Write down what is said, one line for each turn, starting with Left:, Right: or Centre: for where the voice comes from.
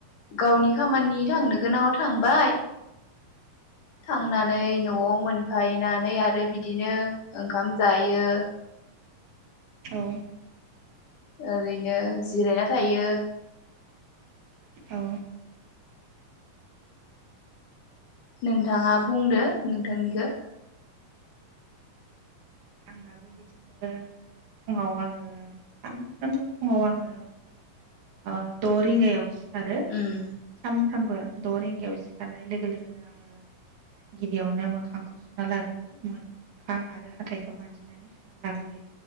Left: गावनि खामानि थांनो गोनाङाव थांबाय थांनानै नआव मोनफायनानै आरो बिदिनो ओंखाम जायो।
Right: औ
Left: ओरैनो जिरायना थायो।
Right: औ
Left: नोंथाङा बुंदो नोंथांनिखो
Right: आंनाबो बिदिनो फुङाव आङो सानफ्रामबो फुङाव आङो। ओ द‌ रिंगायाव सि सिखारो
Left: उम
Right: साम सानफ्रामबो द रिंगायाव सिखारनाय लोगो लोगोनो आङो गिबियावनो मोखांखौ सुना लाग्रोयो मोखां आरो हाथायखौ मानजिनानै सुना लाग्रोयो